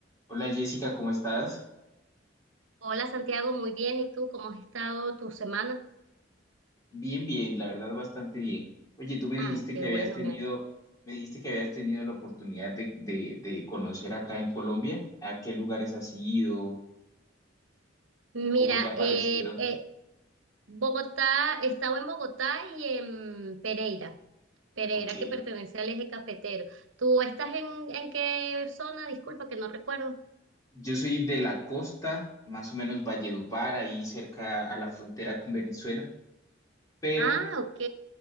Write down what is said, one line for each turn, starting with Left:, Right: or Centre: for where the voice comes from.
Left: Hola Jessica, ¿cómo estás?
Right: Hola Santiago, muy bien. ¿Y tú cómo has estado tu semana?
Left: Bien, bien, la verdad bastante bien. Oye, tú me dijiste
Right: Ah, qué
Left: que habías
Right: bueno.
Left: tenido,
Right: Me...
Left: me dijiste que habías tenido la oportunidad de, de, de conocer acá en Colombia. ¿A qué lugares has ido?
Right: Mira,
Left: ¿Cómo te ha parecido?
Right: eh, eh, Bogotá, he estado en Bogotá y en Pereira, Pereira
Left: Ok.
Right: que pertenece al eje cafetero. ¿Tú estás en, en qué zona? Disculpa que no recuerdo.
Left: Yo soy de la costa, más o menos Valledupar, ahí cerca a la frontera con Venezuela, pero
Right: Ah, ok,